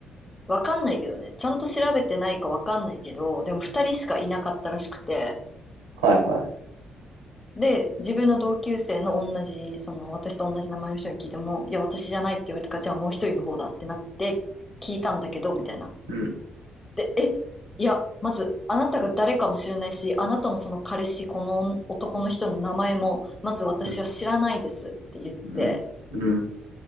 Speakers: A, on the left (about 20°); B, on the right (about 75°).
A: わかんないけどね、ちゃんと調べてないかわかんないけど、でも二人しかいなかったらしくて、
B: はいはい。
A: で、自分の同級生の同じ、その、私と同じ名前の人に聞いても、いや、私じゃないって言われたから、じゃあもう一人の方だってなって聞いたんだけど、みたいな。
B: うん、
A: で、え、いや、まず、あなたが誰かもしれないし、あなたのその彼氏、この男の人の名前も、まず私は知らないですって言って、
B: うん、うん、うん、